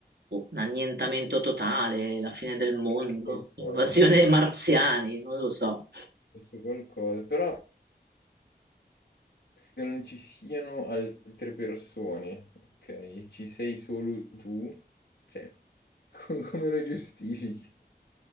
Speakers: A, on the right (about 70°); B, on the left (about 75°).
A: boh, un annientamento totale, la fine del mondo,
B: successo qualcosa,
A: <laughs> invasione
B: è successo
A: dei marziani, non lo so.
B: qualcosa, però che non ci siano altre persone, ok? Ci sei solo tu, cioè, <laughs> co- come lo giustifichi?